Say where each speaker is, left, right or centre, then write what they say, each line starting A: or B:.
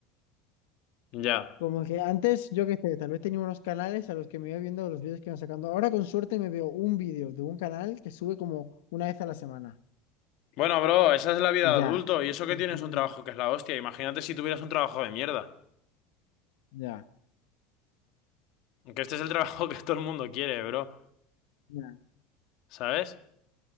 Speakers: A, on the left; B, on the left.
A: Ya.
B: Como que antes, yo qué sé, tal vez tenía unos canales a los que me iba viendo los vídeos que iban sacando. Ahora con suerte me veo un vídeo de un canal que sube como una vez a la semana.
A: Bueno, bro, esa es la vida
B: Y
A: de
B: ya.
A: adulto y eso que
B: Ujú.
A: tienes un trabajo que es la hostia. Imagínate si tuvieras un trabajo de mierda.
B: Ya.
A: Que este es el trabajo <laughs> que todo el mundo quiere, bro.
B: Ya.
A: ¿Sabes?